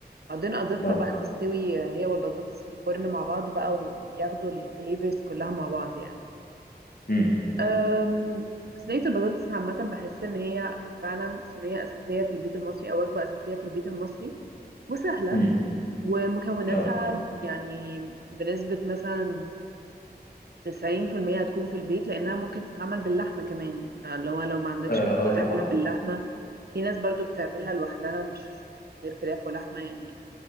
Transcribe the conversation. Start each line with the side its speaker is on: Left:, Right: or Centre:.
Right: بعدين اضيفها
Left: اه
Right: بقى تستوي هي والبطاطس في الفرن مع بعض بقى وياخدوا الفليفرز كلها مع بعض يعني
Left: امم
Right: أم، صينية البطاطس عامة بحس ان هي فعلا صينية اساسية في البيت المصري او وجبة اساسية في البيت المصري وسهلة
Left: امم
Right: ومكوناتها
Left: اه
Right: يعني بنسبة مثلا 90% هتكون في البيت لانها ممكن تتعمل باللحمة كمان اللي هو لو ما عندكش
Left: اه
Right: فراخ
Left: آه طبعا
Right: تعملها باللحمة في ناس برضو بتعملها لوحدها مش غير فراخ ولحمة يعني